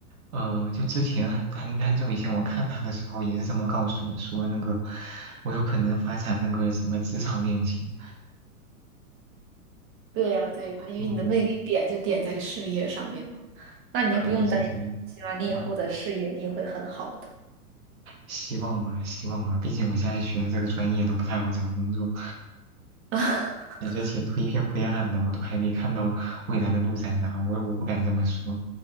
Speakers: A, on the right (about 65°); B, on the right (about 25°).
A: 呃，就之前啊很很久以前我看他的时候也是这么告诉我说，那个我有可能发展那个什么职场恋情，
B: 对呀，对呀，因为你的魅力点就点在事业上面嘛。
A: 嗯，
B: 那你也不用担心了，
A: 可能是这样，
B: 你以后的事业一定会很好的。
A: 嗯。希望吧，希望吧，毕竟我现在学的这个专业都不太好找工作，
B: <laughs>
A: 感觉前途一片灰暗呢。我都还没看到未来的路在哪，我我不敢这么说，